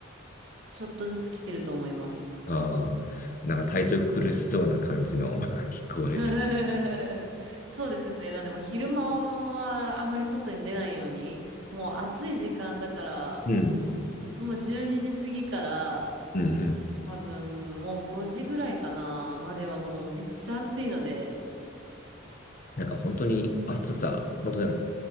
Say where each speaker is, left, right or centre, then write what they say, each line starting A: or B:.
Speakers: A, on the right (about 75°); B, on the left (about 45°).
A: ちょっとずつ来てると思います。
B: ああー、なんか体調苦しそうな感じの <laughs> 気候です。
A: <laughs> そうですね。なんでもう昼間はあまり外に出ないように、もう暑い時間だから、
B: うん。
A: もう12時過ぎから、
B: うん。うん
A: 多分もう5時ぐらいかなまではもうめっちゃ暑いので、
B: なんか本当に暑さ、本当なんか、